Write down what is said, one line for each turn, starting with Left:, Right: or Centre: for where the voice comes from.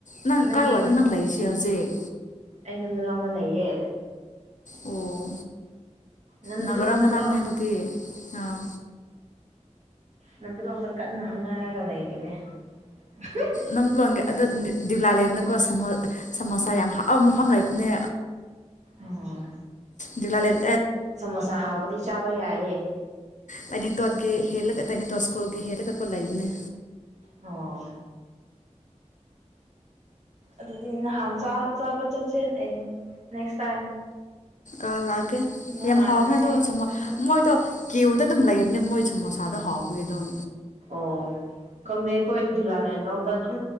Left: ꯅꯪ
Right: ꯅꯣꯏꯒꯤ
Left: ꯀꯥꯏ ꯋꯥꯏꯗ ꯅꯪ ꯂꯩꯔꯤꯁꯤ ꯍꯧꯖꯤꯛ
Right: ꯑꯩ ꯅꯝꯗꯨꯂꯣꯡꯗ ꯂꯩꯌꯦ
Left: ꯑꯣ
Right: ꯅꯝꯗꯂꯣꯡꯗꯀꯣ
Left: ꯅꯥꯒꯔꯝ ꯃꯅꯥꯛꯅꯦ ꯑꯗꯨꯗꯤ ꯑꯥ
Right: ꯅꯝꯗꯨꯂꯣꯡꯗ ꯀꯟꯅꯥ ꯍꯣꯠꯅꯔꯒ ꯂꯩꯔꯤꯅꯦ ꯎꯍꯝ
Left: ꯅꯝꯗꯨꯂꯣꯡꯒꯤ ꯑꯗꯨ ꯗꯤꯎꯂꯥꯂꯦꯟꯗꯀꯣ ꯁꯃꯣ ꯁꯃꯣꯁꯥ ꯌꯥꯝ ꯍꯥꯎꯕ ꯃꯐꯝ ꯂꯩꯕꯅꯦ
Right: ꯑꯣ
Left: ꯗꯤꯎꯂꯥꯂꯦꯟ
Right: ꯁꯃꯣꯁꯥ ꯍꯥꯎꯕꯗꯤ ꯆꯥꯕ ꯌꯥꯏꯌꯦ
Left: ꯇꯅꯤꯇꯣꯠꯀꯤ ꯍꯦꯜꯂꯒ ꯇꯥꯢꯅꯤꯇꯣꯠꯁ ꯁꯀꯨ꯭ꯂꯒꯤ ꯍꯦꯜꯂꯒ ꯀꯣ ꯂꯩꯕꯅꯦ
Right: ꯑꯣ ꯑꯗꯨꯗꯤ ꯅꯍꯥꯟ ꯆꯥ ꯆꯥꯕ ꯆꯠꯁꯦꯅꯦ ꯅꯦꯛꯁ ꯇꯥꯏꯝ
Left: ꯑꯥ ꯂꯥꯠ ꯑꯦ
Right: ꯅꯍꯥꯟ
Left: ꯌꯥꯝ ꯍꯥꯎꯕꯅꯦ
Right: ꯍꯥꯏꯌꯦ
Left: ꯑꯗꯣ ꯁꯥꯃꯣ ꯃꯣꯏꯗꯣ ꯀꯤꯎꯗ ꯑꯗꯨꯝ ꯂꯩꯕꯅꯦ ꯃꯣꯏ ꯁꯃꯣꯁꯥꯗꯣ ꯍꯥꯎꯕꯒꯤ ꯑꯗꯨꯝ
Right: ꯑꯣ ꯈꯪꯗꯦ ꯑꯩꯈꯣꯏ ꯗꯤꯎꯂꯥꯂꯦꯟꯔꯣꯝꯗ ꯑꯗꯨꯝ